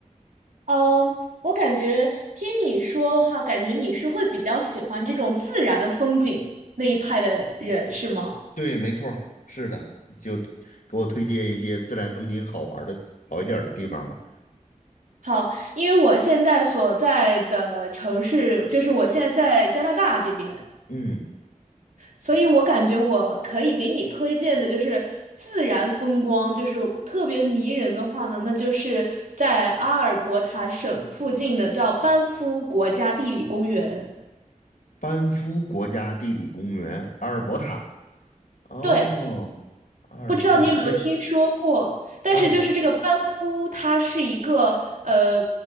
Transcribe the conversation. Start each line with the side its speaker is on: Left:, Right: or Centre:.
Right: 嗯，我感觉听你说的话，感觉你是会比较喜欢这种自然风景那一派的人，是吗？
Left: 对，没错儿是的，就给我推荐一些自然风景好玩儿的、好一点儿的地方吧。
Right: 好，因为我现在所在的城市，就是我现在在加拿大这边。
Left: 嗯，
Right: 所以我感觉我可以给你推荐的就是自然风光，就是特别迷人的话呢，那就是在阿尔伯塔省附近的叫班夫国家地理公园。
Left: 班夫国家地理公园，阿尔伯塔。哦，
Right: 对，
Left: 阿尔伯塔，
Right: 不知道你有没有听说过，
Left: 那
Right: 但是就是这个班夫，
Left: 阿尔伯，
Right: 它是一个呃，